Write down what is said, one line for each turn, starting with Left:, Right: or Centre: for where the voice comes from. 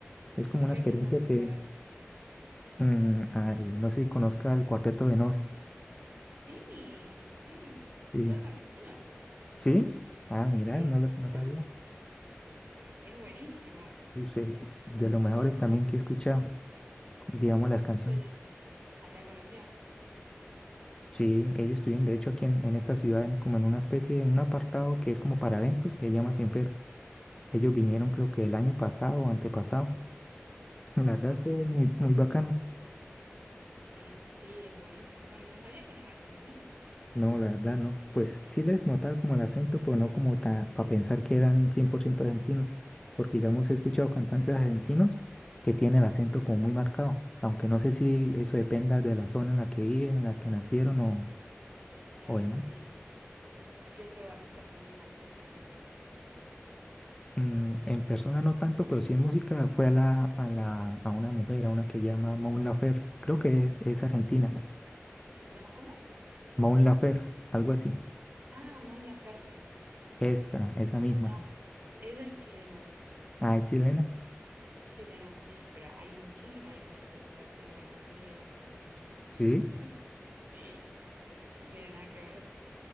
Left: Es como
Right: ¿A
Left: una
Right: qué
Left: experiencia
Right: artista fuiste
Left: que,
Right: a ver?
Left: mm, al- no sé si conozca el Cuarteto de Nos.
Right: Sí, sí.
Left: Sí,
Right: ¿Son argentinos?
Left: sí, ah, mira,
Right: Sí,
Left: no, lo-
Right: son de
Left: no
Right: acá.
Left: sabía.
Right: Es buenísimo.
Left: Usted es de los mejores también que he escuchado, digamos, las
Right: ¿Los
Left: canciones.
Right: viste allá en Colombia?
Left: Sí, ellos estuvieron, de hecho, aquí en, en esta ciudad, en- como en una especie, en un apartado que es como para eventos, que se llama Sin Ellos vinieron creo que el año pasado o antepasado. La verdad
Right: Ajá.
Left: estuvo muy, muy bacano.
Right: Es, sí, es buenísimo. Son, no sabía que eran argentinos.
Left: No, la verdad no. Pues sí les notaba como el acento, pero no como para pensar que eran 100% argentinos. Porque digamos, he escuchado cantantes argentinos que tienen el acento como muy marcado. Aunque no sé si eso dependa de la zona en la que viven, en la que nacieron o,
Right: Claro,
Left: o demás.
Right: sí. ¿A qué otro artista argentino conoces, por ejemplo?
Left: Mm, en persona no tanto, pero sí en música fue a la, a la, a una mujer, a una que llama Maun Laferte. Creo que es, es argentina.
Right: ¿Qué se llama? ¿Cómo?
Left: Maun Laferte, algo así.
Right: Ah, Mon Laferte.
Left: Esa, esa misma.
Right: No, ella es chilena.
Left: Ah, es chilena.
Right: Es chilena, sí. Pero hay muchísima diferencia entre el acento argentino y el acento chileno.
Left: Sí,
Right: <laughs> Sí, no tiene nada que ver.